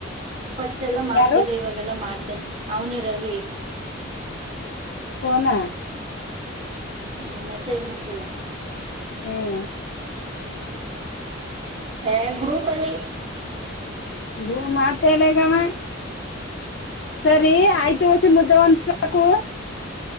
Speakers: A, on the right (about 30°); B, on the left (about 60°).
A: ಫಸ್ಟ್ ಎಲ್ಲ ಮಾಡ್ತಿದ್ದೆ
B: ಯಾರು
A: ಇವಾಗೆಲ್ಲ ಮಾಡ್ತೇನೆ ಅವನೇ ರವಿ
B: ಪೋನ
A: ಹ್ಞ ಮೆಸೇಜ್ ಮಾಡ್ತೀರ
B: ಹ್ಮ್
A: ಹ್ಮ್ ಗ್ರೂಪ್ ಅಲ್ಲಿ
B: ಹೂ ಮಾಡ್ತಲ್ಲ ಈಗಮ್ಮ
A: ಹ್ಮ
B: ಸರಿ
A: ಅದ್ನೇ
B: ಆಯ್ತು ಮುದ್ದೆ ಒನ್ಸ್ಬೇಕ ಹಕ್ಕ